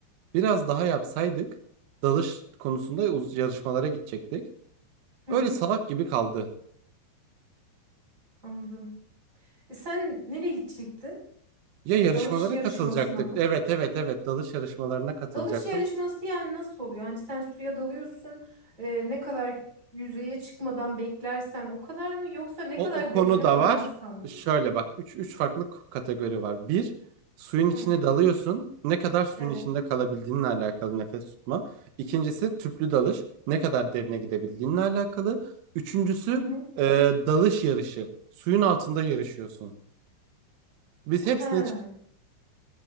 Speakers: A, on the right; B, on the right.
A: Biraz daha yapsaydık dalış konusunda uz- yarışmalara gidecektik.
B: Hı
A: Öyle
B: hı.
A: salak gibi kaldı.
B: Anladım. E sen nereye gidecektin?
A: Ya yarışmalara
B: Dalış yarışmasına
A: katılacaktık.
B: mı?
A: Evet evet evet dalış yarışmalarına katılacaktım.
B: Dalış yarışması yani nasıl oluyor? Yani sen suya dalıyorsun. e, ne kadar yüzeye çıkmadan beklersen o kadar mı? Yoksa ne
A: O,
B: kadar
A: o konu
B: derine
A: da
B: dalarsan
A: var.
B: mı?
A: Şöyle bak üç üç farklı k- kategori var. Bir suyun içine
B: Hı.
A: dalıyorsun. Ne kadar suyun
B: Evet.
A: içinde kalabildiğinle alakalı nefes tutma. İkincisi tüplü dalış. Ne kadar derine gidebildiğinle alakalı. Üçüncüsü
B: Hı hı.
A: e, dalış yarışı. Suyun altında yarışıyorsun. Biz
B: He.
A: hepsine çık-